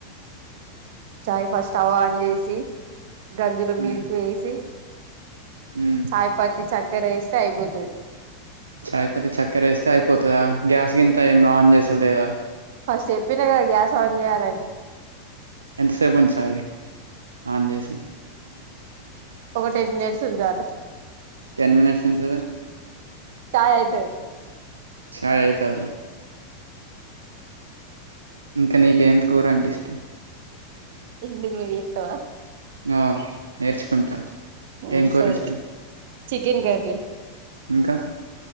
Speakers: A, on the right; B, on the right.
A: చాయ్ ఫస్ట్ స్టవ్ ఆన్ జేసి గంజులో మిల్క్
B: మ్
A: ఏసి
B: మ్
A: చాయ్ పత్తి చక్కర వేస్తే అయిపోతది.
B: చాయ్ పత్తి చక్కెరేస్తే అయిపోతదా గ్యాస్ గింత ఏం ఆన్ జేసుడు లేదా
A: ఫస్ట్ చెప్పిన గదా గ్యాస్ ఆన్ చేయాలని
B: ఎంతసేపు ఉంచాలి ఆన్ జేసి
A: ఒక టెన్ మినిట్స్ ఉంజాలి
B: టెన్ మినిట్స్ ఉంచితే
A: చాయ్ ఐతది
B: చాయ్ ఐతదా ఇంక నీకు ఏం కూర అంటే ఇష్టం
A: ఎందుకు నువ్వు జెత్తవ
B: ఆ నేర్చుకుంటా
A: ఉమ్
B: ఏం కూరిష్టం
A: సరే చికెన్ కర్రీ
B: ఇంకా